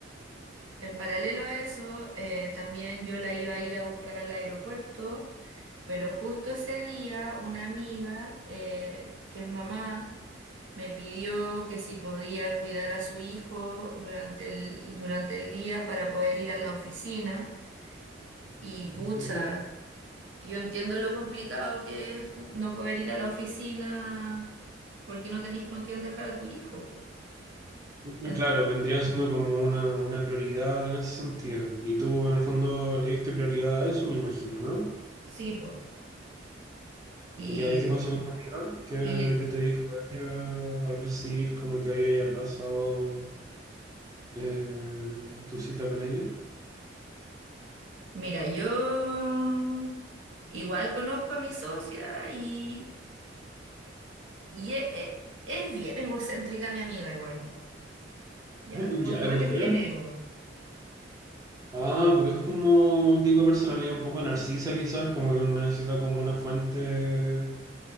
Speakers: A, on the right; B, on the right.
A: En paralelo a eso, eh, también yo la iba a ir a buscar al aeropuerto, pero justo ese día una amiga, eh, que es mamá, me pidió que si podía cuidar a su hijo durante el, durante el día para poder ir a la oficina. Y
B: ok.
A: pucha, Yo entiendo lo complicado que es pu- no poder ir a la oficina porque no tenéis con quién dejar a tu hijo, po.
B: Eh,
A: En-
B: Claro, vendría siendo como una, una prioridad en ese sentido. Y tú en el fondo le diste prioridad a eso, me imagino, ¿no?
A: sí, pues Y,
B: Ya, ¿y qué pasó con tu amiga? ¿Qué,
A: y
B: qué te dijo ella al recibir como que había aplazado? Eh, ¿tu cita con ella?
A: mira, yo igual conozco a mi socia y, y e- e- es, bien egocéntrica mi amiga igual. Ya,
B: <laughs>
A: como
B: Ya,
A: que igual
B: ¿eh? ¿por
A: es
B: qué?
A: bien ego.
B: Ah, pero es como un tipo de personalidad un poco narcisa, quizás, como que uno necesita como una fuente